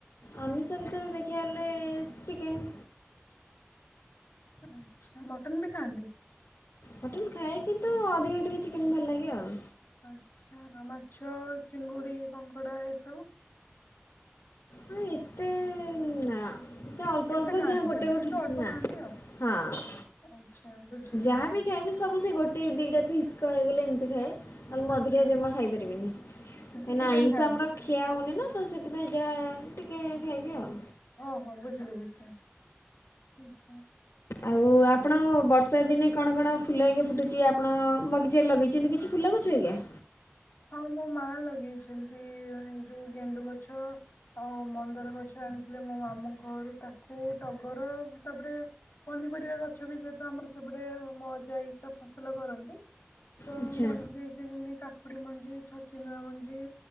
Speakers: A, on the left; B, on the left.
A: ଆମିଷ ଭିତରେ ଦେଖିବାକୁ ଗଲେ ଚିକେନ୍।
B: ଆଚ୍ଛା ମଟନ୍ ବି ଖାଆନ୍ତି?
A: ମଟନ୍ ଖାଏ କିନ୍ତୁ ଅଧିକା ଟିକେ ଚିକେନ୍ ଭଲ ଲାଗେ ଆଉ।
B: ଆଚ୍ଛା ଆଉ ମାଛ, ଚିଙ୍ଗୁଡ଼ି, କଙ୍କଡ଼ା ଏସବୁ?
A: ହଁ ଏତେ ନାଁ। ସେ ଅଳ୍ପ
B: ଏତେ
A: ଅଳ୍ପ
B: ଖାଆନ୍ତିନି
A: ଯାହା ଗୋଟେ ଗୋଟେ
B: କିନ୍ତୁ ଅଳ୍ପ
A: ନା
B: ଖାଆନ୍ତି ଆଉ।
A: ହଁ।
B: ଆଚ୍ଛା ବୁଝିଲି
A: ଯାହାବି
B: ହଁ
A: ଖାଇବି ସବୁ ସେ ଗୋଟେ ଦିଟା ଫିସ୍ କହିବାକୁ ଗଲେ ଏମିତି ଖାଏ। ନହେଲେ ମୁଁ
B: ଆଚ୍ଛା
A: ଅଧିକା ଜମା ଖାଇପାରିବିନି
B: କିନ୍ତୁ
A: କାହିଁକିନା
B: ଚିକେନ
A: ଆଇଁଷ
B: ଖାଆନ୍ତି
A: ଆମର ଖିଆ ହଉନି ନା ସା ସେଥିପାଇଁ ଯାହା ଟିକେ ଖାଇବି ଆଉ।
B: ଓହୋ, ବୁଝିଲି ବୁଝିଲି ଆଚ୍ଛା।
A: ଆଉ ଆପଣ ବର୍ଷା ଦିନେ କଣ କଣ ଫୁଲ ଆଜ୍ଞା ଫୁଟୁଛି ଆପଣ ବଗିଚାରେ ଲଗେଇଛନ୍ତି କିଛି? ଫୁଲ ଗଛ ଆଜ୍ଞା?
B: ହଁ ମୋ ମା ଲଗେଇଛନ୍ତି ଏ ଯୋଉ ଗେଣ୍ଡୁ ଗଛ ଆଉ ମନ୍ଦାର ଗଛ ଆଣିଥିଲେ ମୋ ମାମୁଁଙ୍କ ଘରୁ ତାକୁ ଟଗର ତାପରେ ପନିପରିବା ଗଛ ବି ଯେହେତୁ ଆମର ସେପଟେ ମୋ ଅଜା ଆଈ ତ ଫସଲ କରନ୍ତି। ତ
A: ଆଚ୍ଛା
B: ମଞ୍ଜି ଦେଇଥାନ୍ତି କାକୁଡି ମଞ୍ଜି, ଛଚିନ୍ଦ୍ରା ମଞ୍ଜି